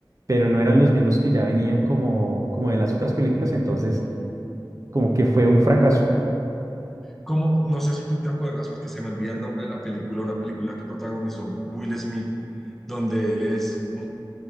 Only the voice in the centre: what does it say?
Como, no sé si tú te acuerdas, porque se me olvida el nombre de la película, una película que protagonizó Will Smith, donde él es un